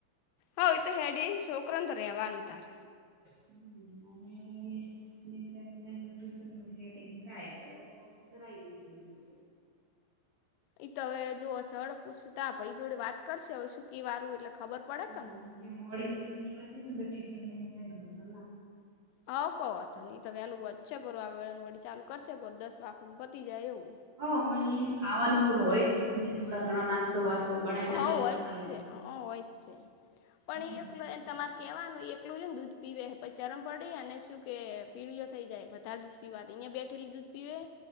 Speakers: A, on the left; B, on the right.
A: હવે તો હેડી છોકરા તો ર રહેવાનું તાર,
B: હમ મ ટુશન શેટિંગ થાય તો કરાવી દીધું
A: એઈ તો હવે જોસળ પૂછતા ભાઈ જોડે વાત કરશે હવે શું ક વારું એટલે ખબર પડે
B: હમ
A: ને
B: કે મોડી સ્કૂલ થતી બધ ટીફિન લઈને જાય હતો.
A: હ કહો તો હી તો વહેલું વધશે બ આ વળન વળી ચાલુ કરશે પર દસ વાખ પતી જાય એવું
B: હ અમે ખાવાનું તો હોય જ છે ને જે થોડા ઘણો નાસ્તો બાસ્તો બનાવીને
A: હ હોય
B: આલો તો ચાલે
A: જ છે હોય જ છે પણ
B: હમ
A: એ તમારે કેવાનું એકલું ને દૂધ પીવે પછી ચરમ પડી અને શું કે પીળઓ થઈ જાય વધારે દૂધ પીવાની અહિયાં બેઠેલી દૂધ પીવે.